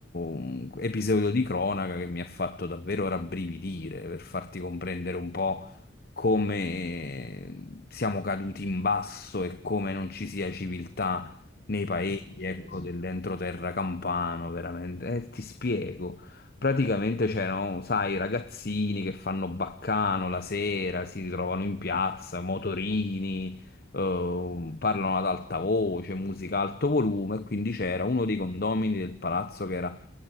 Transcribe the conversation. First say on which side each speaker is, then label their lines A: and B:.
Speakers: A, on the left; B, on the left.
A: mm, episodio di cronaca che mi ha fatto davvero rabbrividire per farti comprendere un po' come siamo caduti in basso e come non ci sia civiltà nei paesi,
B: Che è successo?
A: ecco, dell'entroterra campano, veramente. Eh, ti spiego. Praticamente c'erano, sai, i ragazzini che fanno baccano la sera, si ritrovano in piazza, motorini, eh, parlano ad alta voce, musica a alto volume, e quindi c'era uno dei condomini del palazzo che era